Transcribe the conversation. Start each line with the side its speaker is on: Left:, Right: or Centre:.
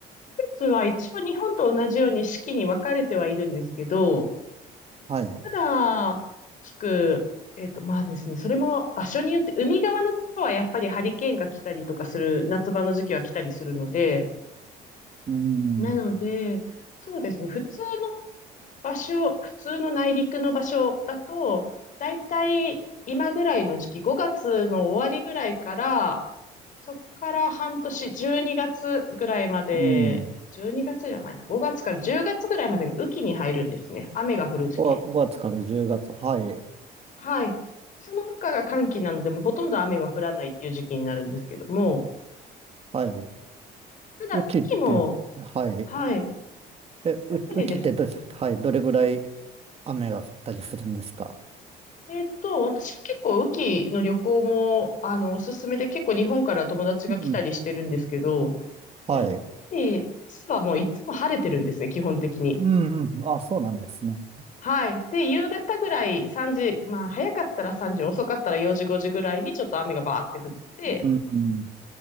Left: 季節は一応日本と同じように四季に分かれてはいるんですけど、
Right: はい。
Left: ただ、聞く、えっと、まあですね、それも場所によって、海側のところはやっぱりハリケーンが来たりとかする、夏場の時期は来たりするので、
Right: うん。
Left: なので、そうですね、普通の場所、普通の内陸の場所だと、だいたい今ぐらいの時期、5月の終わりぐらいから、そこから半年、12月ぐらいまで、
Right: うん。
Left: 12月じゃないな、5月から10月ぐらいまでが雨季に入るんですね。雨が降る時期。
Right: 5月から10月。はい。
Left: はい。その他が寒気なので、もうほとんど雨は降らないっていう時期になるんですけども、
Right: はい。
Left: ただ、
Right: 雨季って、
Left: 雨季も、
Right: はい。
Left: はい。
Right: え、う、
Left: やっぱりですね。
Right: うちってど、はい、どれぐらい雨が降ったりするんですか
Left: えっと、私結構雨季の旅行も、あの、おすすめで結構日本から友達が来たりしてるんですけど、
Right: うん。はい。
Left: やっぱり、実はもういつも晴れてるんですね、
Right: うん。
Left: 基本的に。
Right: うんあ、そうなんですね。
Left: はい。で、夕方ぐらい3時、まあ早かったら3時、遅かったら4時、5時ぐらいにちょっと雨がバーって降って、
Right: うん。